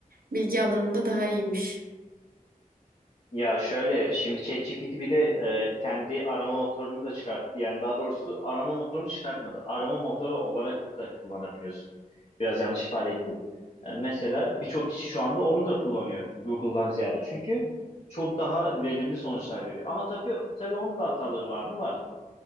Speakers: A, on the right; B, on the left.
A: Bilgi alanımda daha iyiymiş.
B: Ya şöyle şimdi ChatGPT bir de e, kendi arama motorunu da çıkarttı. Yani daha doğrusu arama motorunu çıkartmadı. Arama motoru olarak da kullanabiliyorsun. Biraz yanlış ifade ettim. E, mesela birçok kişi şu anda onu da kullanıyor Google'dan ziyade. Çünkü çok daha verimli sonuçlar veriyor. Ama tabii tabii onun da hataları var mı? Var.